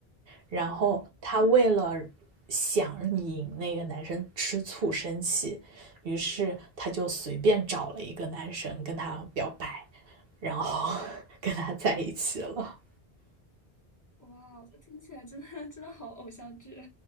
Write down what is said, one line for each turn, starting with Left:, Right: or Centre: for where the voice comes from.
Right: 然后她为了
Left: 啊！
Right: 想引那个男生吃醋生气，于是她就随便找了一个男生跟他表白，然后 <laughs> 跟他在一起了。
Left: 哇，听起来真的真的好偶像剧